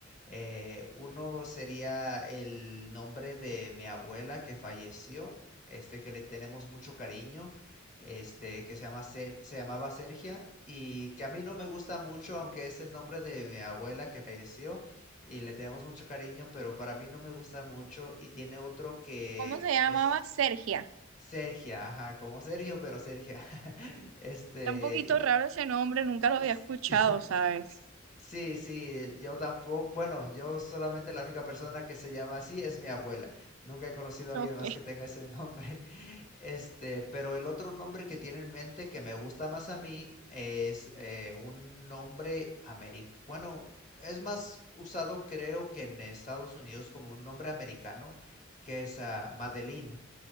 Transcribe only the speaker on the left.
Eh, uno sería el nombre de mi abuela que falleció, este que le tenemos mucho cariño, este que se llama Ser- se llamaba Sergia y que a mí no me gusta mucho, aunque es el nombre de mi abuela que falleció y le tenemos mucho cariño, pero para mí no me gusta mucho y tiene otro que
es
Sergia, ajá, como Sergio, pero Sergia. <laughs> Este,
y no-
s-
<laughs>
s- sí, sí, yo tampoco, bueno, yo solamente la única persona que se llama así es mi abuela. Nunca he conocido a
alguien
más que tenga ese nombre. <laughs> Este, pero el otro nombre que tiene en mente que me gusta más a mí es eh, un nombre americano. Bueno, es más usado creo que en Estados Unidos como un nombre americano que es ah, Madeline.